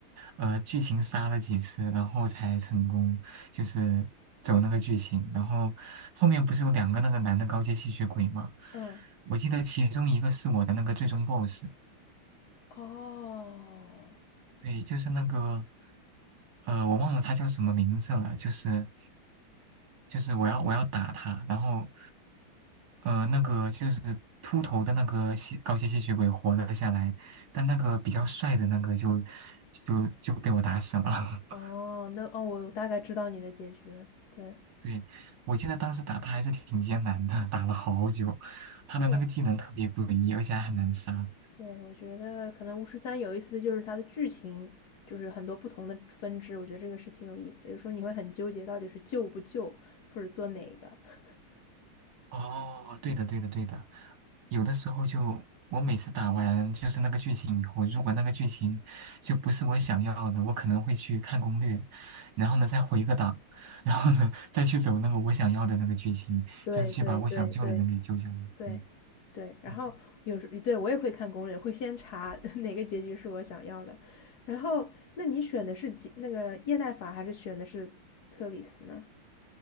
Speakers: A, on the right; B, on the left.
A: 呃，剧情杀了几次，然后才成功，就是走那个剧情，然后后面不是有两个那个男的高阶吸血鬼嘛，
B: 嗯，
A: 我记得其中一个是我的那个最终 BOSS，
B: 哦
A: 对，就是那个，呃，我忘了他叫什么名字了，就是就是我要我要打他，然后呃那个就是秃头的那个吸高阶吸血鬼活了下来，但那个比较帅的那个就就就被我打死了。<laughs>
B: 哦，那哦，我大概知道你的结局了，对。
A: 对，我记得当时打他还是挺艰难的，打了好久，他的那个技能特别诡异，
B: 对
A: 而且还很难杀。
B: 对，我觉得可能巫师三有意思的就是它的剧情，就是很多不同的分支，我觉得这个是挺有意思的。有时候你会很纠结，到底是救不救，或者做哪个。<laughs>
A: 哦，对的，对的，对的。有的时候就，我每次打完就是那个剧情以后，如果那个剧情就不是我想要的，我可能会去看攻略，然后呢再回个档，然后呢再去走那个我想要的那个剧情，
B: 对对对对
A: 就是去把我想救的人给救下来。
B: 对对，
A: 对，
B: 然后有时对我也会看攻略，
A: 嗯
B: 会先查 <laughs> 哪个结局是我想要的。然后，那你选的是吉那个叶奈法，还是选的是特里斯呢？